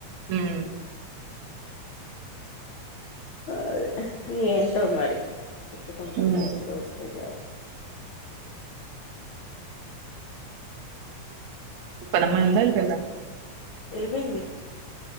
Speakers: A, on the right; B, on the left.
A: ఉమ్
B: అ ఏంటో మరి కుట్కంటంద
A: ఉమ్
B: ఎంత రోజకుజ
A: ఇప్పు నమ్మ ఎందాపోందా
B: వెళ్ళిపోయింది